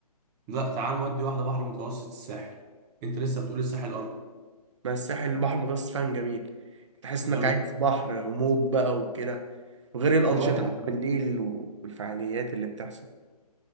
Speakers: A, on the right; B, on the right.
A: لا تعال نودي واحدة بحر متوسط الساحل أنت لسه بتقول الساحل أرض
B: ما الساحل البحر المتوسط فعلا جميل تحس إنك
A: يلا
B: عايز في بحر وموج بقى وكده وغير الأنشطة
A: أه يا عم
B: بقى بالليل والفعاليات اللي بتحصل